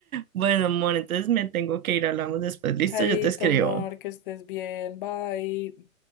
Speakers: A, on the right; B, on the left.
A: Bueno, amor, entonces me tengo que ir, hablamos después, listo,
B: Chaito,
A: yo te escribo.
B: amor, que estés bien, bye.